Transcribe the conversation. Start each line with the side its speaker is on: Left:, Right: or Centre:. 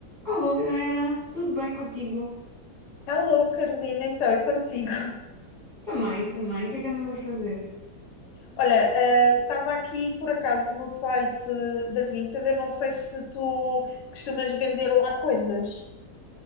Centre: Alô, Liliana, tudo bem contigo?
Left: Alô, Carolina, então, e contigo? <laughs>
Centre: Também, também. O que é que andas a fazer?
Left: Olha, estava aqui por acaso no site da Vinted, eu não sei se tu costumas vender lá coisas.